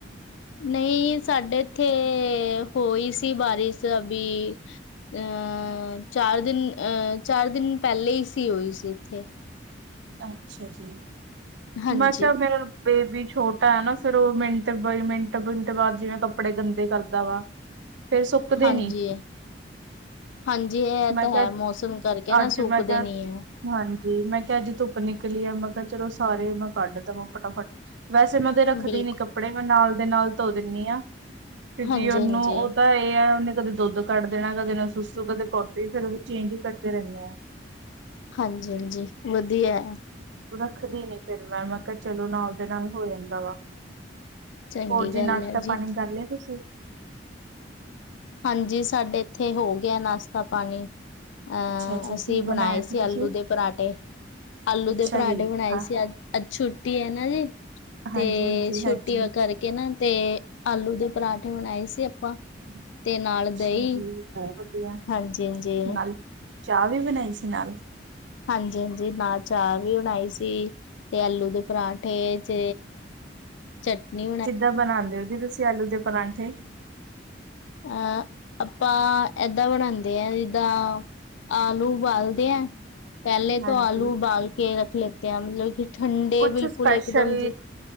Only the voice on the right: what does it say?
ਅੱਛਾ ਜੀ,
ਮਤਲਬ ਫੇਰ ਬੇਬੀ ਛੋਟਾ ਐ ਨਾ, ਫੇਰ ਓ ਮਿੰਟ ਬਾਈ ਮਿੰਟ-ਮਿੰਟ ਬਾਦ ਜਿਵੇਂ ਕੱਪੜੇ ਗੰਦੇ ਕਰਦਾ ਵਾ। ਫੇਰ ਸੁੱਕਦੇ
ਨੀ।
ਮੈਂ
ਕਿਹਾ
ਅੱਜ
ਮੈਂ ਕਿਹਾ
ਹਾਂਜੀ, ਮੈਂ ਕਿਆ ਅਜ ਧੁੱਪ ਨਿਕਲੀ ਐ ਮੈਂ ਕਿਆ ਚਲੋ ਸਾਰੇ ਮੈਂ ਕੱਢ ਦੇਵਾਂ ਫਟਾਫਟ। ਵੈਸੇ ਮੈਂ ਉਦੇ ਤੇ ਰੱਖਦੀ
ਨੀ ਕੱਪੜੇ ਮੈਂ ਨਾਲ ਦੇ ਨਾਲ ਧੋ ਦਿੰਨੀ ਆ ਕਿਉਂਕਿ
ਉਹਨੂੰ
ਉਹ ਤਾ ਏ ਆ ਓਨੇ ਕਦੇ ਦੁੱਧ ਕੱਢ ਦੇਣਾ, ਕਦੇ ਓਨੇ ਸੁਸੂ, ਕਦੇ ਪੋਂਟੀ, ਫੇਰ ਉਹਦੇ ਚੇਂਜ ਕਰਦੇ ਰੇਂਨੇ ਆ।
ਰੱਖਦੀ ਨੀ ਫੇਰ ਮੈਂ, ਮੈਂ ਕਿਹਾ, ਚਲੋ, ਨਾਲ ਉਹਦੇ ਨਾਲ ਹੋ ਜਾਂਦਾ ਵਾ।
ਹੋਰ
ਜੀ, ਨਾਸ਼ਤਾ
ਪਾਣੀ ਕਰ ਲਿਆ ਤੁਸੀਂ?
ਅੱਛਾ ਜੀ
ਕੀ
ਬਣਾਇਆ
ਤੁਸੀਂ
ਅੱਛਾ
ਜੀ
ਹਾਂ
ਹਾਂਜੀ ਹਾਂਜੀ
ਹਾਂਜੀ
ਅੱਛਾ
ਜੀ, ਵਧੀਆ,
ਨਾਲ, ਚਾਹ ਵੀ ਬਣਾਈ ਸੀ। ਨਾਲ,
ਕਿੱਦਾਂ ਬਣਾਉਂਦੇ ਹੋ ਜੀ, ਤੁਸੀਂ ਆਲੂ ਦੇ ਪਰਾਂਠੇ?
ਹਾਂਜੀ
ਕੁਛ
ਸਪੈਸ਼ਲ